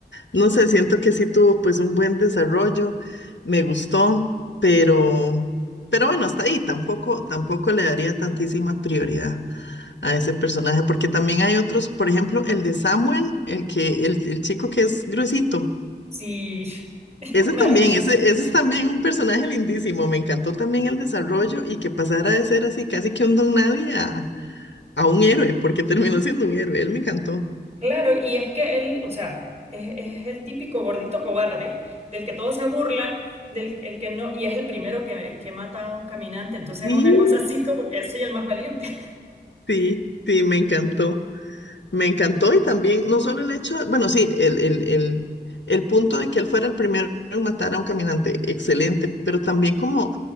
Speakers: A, on the left; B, on the right.
A: No sé, siento que sí tuvo pues un buen desarrollo, me gustó, pero, pero bueno, hasta ahí tampoco, tampoco le daría tantísima prioridad a ese personaje, porque también hay otros, por ejemplo, el de Samuel, el que, el, el chico que es gruesito.
B: sí, <laughs>
A: Ese
B: maravilloso.
A: también, ese, ese es también un personaje lindísimo. Me encantó también el desarrollo y que pasara de ser así casi que un don nadie a, a un héroe, porque terminó siendo un héroe. Él me encantó.
B: Claro, y es que él, o sea... Es, es el típico gordito cobarde del que todos se burlan, del el que no, y es el primero que, que mata a un caminante, entonces
A: Sí,
B: es una cosa así como que soy el más valiente.
A: sí, sí, me encantó. Me encantó y también, no solo el hecho, bueno, sí, el, el, el, el punto de que él fuera el primero en matar a un caminante, excelente, pero también como